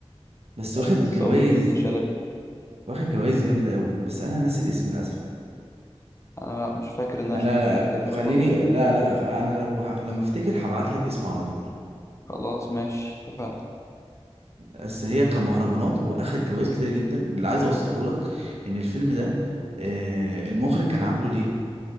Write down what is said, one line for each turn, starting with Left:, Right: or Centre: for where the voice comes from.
Right: بس واخد
Left: خالد الصاوي
Right: الجوائز
Left: ومنة شلبي
Right: واخد جوائز جامده قوي بس انا ناسي الاسم للاسف
Left: انا مش فاكر ان انا
Right: انا
Left: شفت زي كده
Right: خليني
Left: خالص
Right: لا لا انا لو ه... لما افتكر هبعت لك اسم على طول
Left: خلاص ماشي اتفقنا
Right: بس هي كمهرجانات هو اخد جوائز كتير جدا اللي عايز اوصله لك ان الفيلم ده آه، المخرج كان عامله ليه